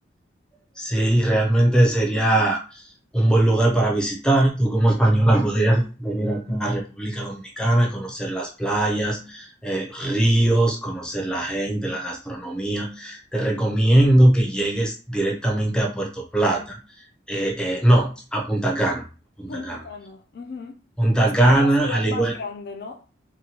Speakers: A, in the centre; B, on the left (about 55°).
A: Sí, realmente sería un buen lugar para visitar. Tú como española podrías venir acá a República Dominicana, conocer las playas, eh, ríos, conocer la gente, la gastronomía. Te recomiendo que llegues directamente a Puerto Plata. Eh, eh, no, a Punta Cana, a Punta
B: Punta
A: Cana.
B: Cana, ujú.
A: Punta
B: Es
A: Cana,
B: como la ciudad
A: al igual,
B: más grande, ¿no?